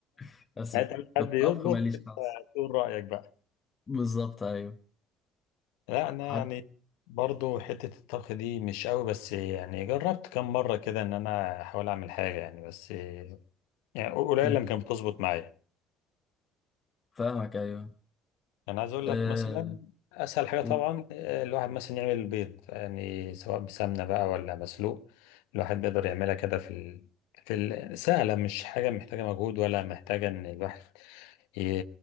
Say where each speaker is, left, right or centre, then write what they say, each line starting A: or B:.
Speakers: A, on the left (about 30°); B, on the left (about 80°).
A: <laughs> بس
B: انت
A: في
B: مش حد
A: الطبخ
B: يطبخ
A: ماليش
B: انت
A: نقص
B: تقول رايك بقى
A: بالظبط ايوه
B: لا انا
A: حتى
B: يعني برضو حته الطبخ دي مش قوي بس يعني جربت كم مره كده ان انا احاول اعمل حاجه يعني بس يعني قليل
A: مم.
B: لما كانت بتظبط معايا
A: فاهمك ايوه
B: انا عايز اقول
A: أه
B: لك مثلا اسهل حاجه
A: قول.
B: طبعا آه، الواحد مثلا يعمل البيض يعني سواء بسمنه بقى ولا مسلوق الواحد بيقدر يعملها كده في ال... في ال... سهله مش حاجه محتاجه مجهود ولا محتاجه ان الواحد ي...